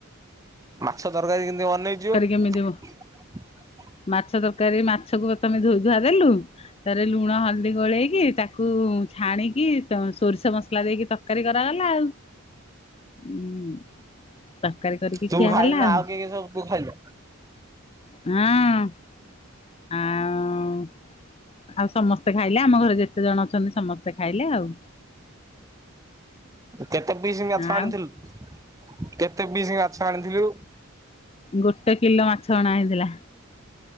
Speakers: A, on the right; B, on the left.
A: ମାଛ ତରକାରୀ କେମିତି ବନେଇଛୁ।
B: କେମିତ ହବ
A: <inaudible>
B: ମାଛ ତରକାରୀ ମାଛକୁ ପ୍ରଥମେ ଧୋଇ ଧୁଆ ଦେଲୁ ତାରେ ଲୁଣ ହଳଦୀ ଗୋଳେଇ କି ତାକୁ ଛାଣିକି ତ ସୋରିଷ ମସଲା ଦେଇକି ତରକାରୀ କରାଗଲା ଆଉ। ଉଁ ତରକାରୀ କରିକି
A: ତୁ
B: ଖିଆ
A: ଖାଇଲୁ
B: ହେଲା
A: ନା
B: ଆଉ।
A: କିଏ କିଏ ସବୁ ତୁ ଖାଇଲୁ
B: ଆଁ। ଆଉଁ ଆଉ ସମସ୍ତେ ଖାଇଲେ ଆମ ଘରେ ଯେ କେତେ ଜଣ ଅଛନ୍ତି ସମସ୍ତେ ଖାଇଲେ ଆଉ।
A: କେତେ ପିସ୍ ମାଛ ଆଣିଥିଲୁ
B: ଆଉ
A: କେତେ ପିସ୍ ମାଛ ଆଣିଥିଲୁ।
B: ଗୋଟେ କିଲୋ ମାଛ ଅଣା ହେଇଥିଲା।